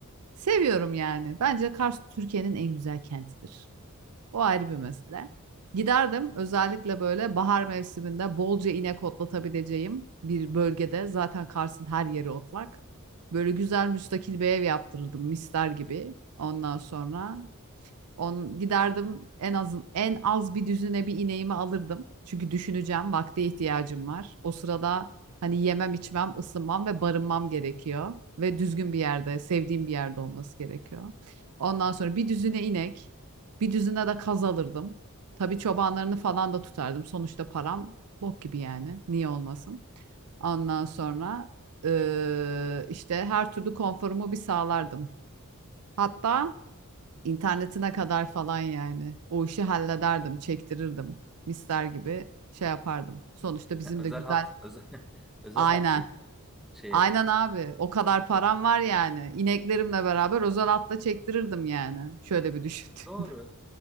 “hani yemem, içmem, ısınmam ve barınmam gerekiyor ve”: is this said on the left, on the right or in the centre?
Right